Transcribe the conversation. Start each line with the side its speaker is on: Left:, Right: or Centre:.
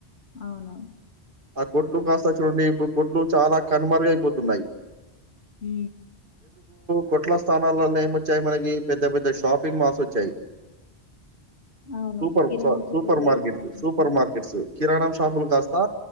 Left: అవును
Right: ఆ కొట్లు కాస్త చూడండి ఇప్పుడు కొట్లు చాలా కనుమరుగ అయిపోతున్నాయి
Left: హ
Right: కొట్ల స్థానాల ఏమొచ్చాయి మనకి పెద్ద పెద్ద షాప్ షాపింగ్ మాల్స్ వచ్చాయి
Left: అవును
Right: సూపర్
Left: కిరాణా కొట్లు
Right: సూపర్
Left: పోయి
Right: మార్కెట్స్
Left: షాపింగ్
Right: సూపర్
Left: చేస్తాం
Right: మార్కెట్స్ కిరాణా షాపులు కాస్తా